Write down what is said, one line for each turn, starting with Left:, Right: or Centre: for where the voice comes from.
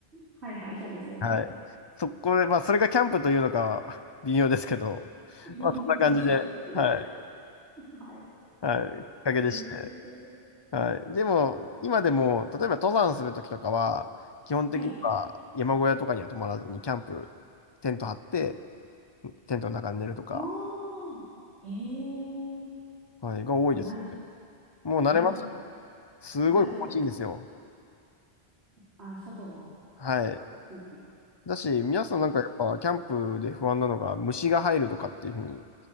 Right: はいはい、そうですよね。
Left: はい。そこで、まあそれがキャンプというのかは微妙ですけど、
Right: <laughs> 野宿
Left: まあそんな感じで、
Right: <laughs>
Left: はい。
Right: はい。
Left: はい。きっかけでして。
Right: えー
Left: はい。でも、今でも、例えば登山するときとかは、基本的には山小屋とかには泊まらずに、
Right: はい。
Left: キャンプ、テント張って、テントの中に寝るとか、
Right: ああ、ええも
Left: はい、が多いです。
Right: う慣れちゃ、
Left: もう慣れました
Right: 慣れちゃ、
Left: すごい心地いいんですよ。
Right: 慣れちゃってるんで。ああ、外の
Left: はい。
Right: 空気。
Left: だし、皆さんなんかやっぱキャンプで不安なのが虫が入るとかっていうふうに